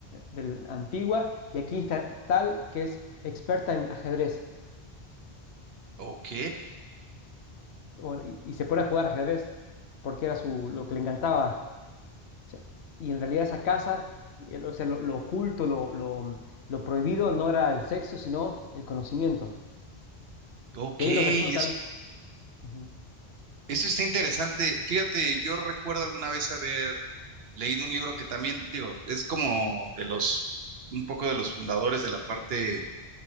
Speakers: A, on the left; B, on the right.
A: del- antigua. Y aquí está tal, que es experta en ajedrez.
B: ok,
A: Bueno, y, y se pone a jugar ajedrez porque era su, lo que le encantaba. O sea, y en realidad esa casa, el- o sea, lo, lo oculto, lo lo- lo prohibido no era el sexo, sino el conocimiento.
B: ok,
A: Y ahí los reclutan.
B: es-
A: Ujú.
B: eso está interesante. Fíjate, yo recuerdo alguna vez haber leído un libro que también, digo, es como de los, un poco de los fundadores de la parte